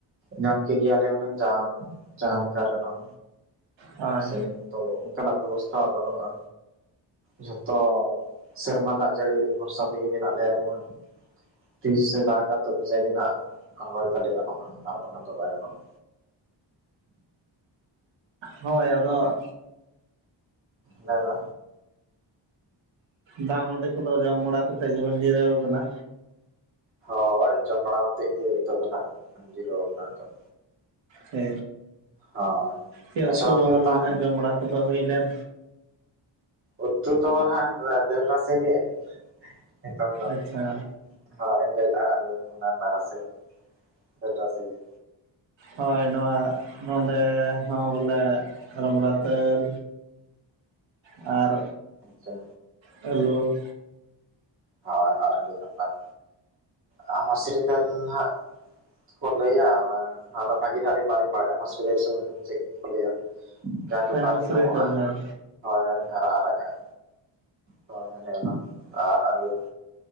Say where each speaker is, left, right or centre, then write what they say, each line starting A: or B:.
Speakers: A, on the right (about 30°); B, on the right (about 80°).
A: ᱧᱟᱢ ᱠᱮᱜᱮᱭᱟᱞᱮ ᱦᱩᱱᱟᱝ ᱡᱟᱦᱟᱸ ᱡᱟᱦᱟᱸ ᱞᱮᱠᱟ ᱨᱮ ᱨᱮᱦᱚᱸ
B: ᱦᱳᱭ
A: ᱥᱮ ᱛᱚ ᱚᱱᱠᱟᱱᱟᱜ ᱵᱮᱵᱚᱥᱛᱷᱟ ᱵᱟᱹᱱᱩᱜᱼᱟ᱾ ᱡᱷᱚᱛᱚ ᱥᱮᱨᱢᱟ ᱫᱟᱜ ᱡᱟᱹᱲᱤ ᱵᱷᱚᱨᱥᱟ ᱛᱮᱜᱮ ᱢᱮᱱᱟᱜ ᱞᱮᱭᱟ ᱟᱞᱮ ᱢᱟ᱾ ᱛᱤᱥ ᱥᱮ ᱫᱟᱜᱽᱼᱟ ᱛᱚᱵᱮ ᱡᱟᱭ ᱜᱮ ᱦᱟᱜ ᱨᱚᱦᱚᱭ ᱛᱟᱞᱮ ᱜᱟᱱᱚᱜᱼᱟ ᱟᱨ ᱵᱟᱝᱠᱷᱟᱱ ᱫᱚ ᱵᱟᱭ ᱜᱟᱱᱚᱜᱼᱟ᱾
B: ᱦᱳᱭ ᱟᱫᱚ
A: ᱞᱟᱭ ᱢᱮ᱾
B: ᱫᱟᱜ ᱢᱟᱹᱰᱤ ᱠᱚᱫᱚ ᱡᱚᱢ ᱵᱟᱲᱟ ᱠᱟᱛᱮᱫ ᱜᱮᱵᱚᱱ ᱡᱤᱨᱟᱹᱣ ᱟᱠᱟᱱᱟ᱾
A: ᱦᱳᱭ ᱡᱚᱢ ᱵᱟᱲᱟᱛᱮᱫ ᱜᱮ ᱱᱤᱛᱚᱜ ᱫᱚ ᱱᱟᱦᱟᱜ ᱡᱤᱨᱟᱹᱣ ᱟᱠᱟᱱᱟ ᱱᱤᱛᱚᱜ
B: ᱥᱮ
A: ᱦᱳᱭ
B: ᱪᱮᱫ
A: ᱟᱪᱪᱷᱟ
B: ᱩᱛᱩ
A: ᱚᱱᱛᱮ
B: ᱵᱟᱝ
A: ᱫᱚ ᱛᱟᱦᱚᱞᱮ
B: ᱱᱟᱦᱟᱜ ᱡᱚᱢ ᱵᱟᱲᱟ ᱠᱚᱫᱚ ᱦᱩᱭ ᱞᱮᱱ?
A: ᱩᱛᱩ ᱛᱚ ᱱᱟᱦᱟᱜ ᱫᱟᱹᱞ ᱨᱟᱥᱮ ᱜᱮ ᱱᱤᱛᱚᱝ ᱫᱚ᱾
B: ᱟᱪᱪᱷᱟ
A: ᱦᱳᱭ ᱫᱟᱹᱞ ᱟᱨ ᱟᱞᱩ ᱚᱱᱟ ᱨᱮᱱᱟᱜ ᱨᱟᱥᱮ ᱫᱟᱹᱞ ᱨᱟᱥᱮ ᱜᱮ
B: ᱦᱳᱭ ᱱᱚᱣᱟ ᱱᱚᱰᱮ ᱦᱚᱸ ᱵᱚᱞᱮ ᱨᱟᱢᱲᱟ ᱫᱟᱹᱞ᱾ ᱟᱨ
A: ᱟᱪᱪᱷᱟ
B: ᱦᱮᱞᱳ᱾
A: ᱦᱳᱭ ᱦᱳᱭ ᱟᱹᱰᱤ ᱱᱟᱯᱟᱭ᱾ ᱟ ᱢᱟᱥᱨᱤ ᱫᱟᱹᱞ ᱦᱟᱸᱜ ᱠᱚ ᱞᱟᱹᱭᱟ ᱵᱷᱟᱜᱤ ᱱᱟᱜ ᱵᱟᱹᱞᱤᱧ ᱵᱟᱲᱟᱭᱟ ᱢᱟᱥᱨᱤ ᱥᱮ ᱪᱮᱫ ᱠᱚ ᱞᱟᱹᱭᱟ᱾ ᱡᱟᱦᱟᱸ ᱫᱚᱠᱟᱱ
B: ᱦᱳᱭ ᱢᱩᱥᱨᱤ
A: ᱨᱮ ᱧᱟᱢᱚᱜᱼᱟ᱾
B: ᱫᱟᱹᱞ ᱦᱳᱭ
A: ᱦᱳᱭ ᱦᱳᱭ ᱟᱨᱟᱜ ᱟᱨᱟᱜᱟᱜ ᱦᱳᱭ ᱚᱱᱮ ᱚᱱᱟ ᱟᱨ ᱟᱞᱩ